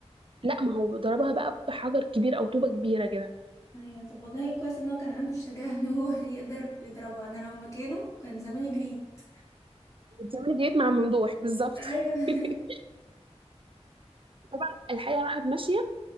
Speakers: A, on the right; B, on the left.
A: لا ما هو ضربها بقى بحجر كبير او طوبة كبيرة كده
B: أيوة طب والله كويس إن هو كان عنده الشجاعة إن هو <laughs> يقدر يضربه أنا لو مكانه كان زمان جريت
A: بتعملي جريت مع ممدوح بالظبط
B: أيوة <laughs>
A: <laughs> طبعا الحية راحت ماشية